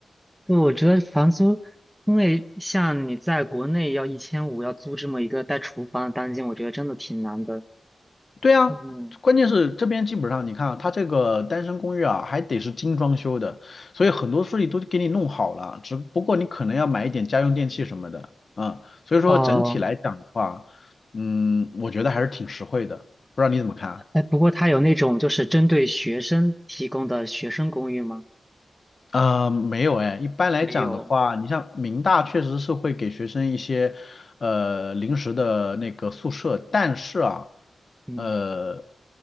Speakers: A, in the centre; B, on the left.
A: 对，我觉得房租，因为像你在国内要一千五要租这么一个带厨房的单间，我觉得真的挺难的。
B: 对啊，
A: 嗯，
B: 关键是这边基本上你看啊，它这个单身公寓啊，还得是精装修的，所以很多东西都给你弄好了，只不过你可能要买一点家用电器什么的，嗯，所以说整体来讲的话，
A: 哦，
B: 嗯，我觉得还是挺实惠的，不知道你怎么看啊？
A: 哎，不过它有那种就是针对学生提供的学生公寓吗？
B: 呃，没有哎，一般来讲的话，
A: 没有，
B: 你像民大确实是会给学生一些呃临时的那个宿舍，但是啊，
A: 嗯
B: 呃，